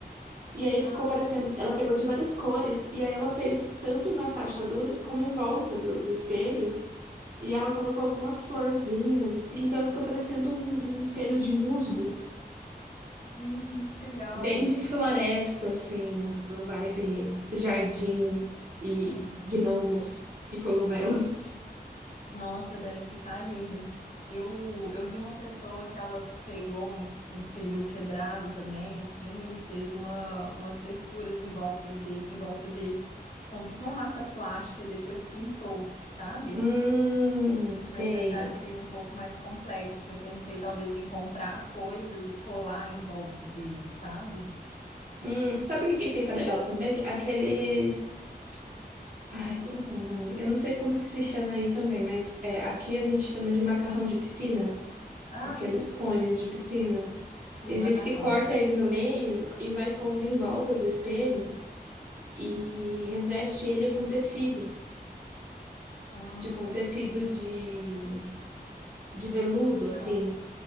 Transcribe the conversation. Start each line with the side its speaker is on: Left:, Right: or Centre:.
Right: E aí
Left: Ah,
Right: ficou parecendo, ela pegou de várias cores, e aí ela fez tanto nas rachaduras como em volta do, do espelho. E ela colocou algumas florzinhas, assim, então ficou parecendo um, um espelho de musgo,
Left: hum, que legal.
Right: bem de floresta, assim, uma vibe jardim e
Left: Uhum.
Right: gnomos e cogumelos.
Left: Nossa, deve ficar lindo. Eu, eu vi uma pessoa que ela pegou um, es- um espelho quebrado também, assim, e fez uma, umas texturas em voltas de, em volta dele, com tipo uma massa plástica, e depois pintou, sabe?
Right: Hum, sei.
Left: Mas eu já achei um pouco mais complexo, assim, eu pensei talvez em comprar coisas e colar em volta dele, sabe?
Right: Hum, sabe o que que fica legal também? Aqueles. Ai, como é que é o nome? Eu não sei como que se chama aí também, mas é, aqui a gente chama de macarrão de piscina,
Left: Ah,
Right: aqueles
Left: sim, sim,
Right: cones de piscina.
Left: sim,
Right: Tem
Left: macarrão.
Right: gente que corta ele no meio e vai pondo em volta do espelho e reveste ele com tecido,
Left: Ah,
Right: tipo um tecido de, de veludo, assim.
Left: Legal.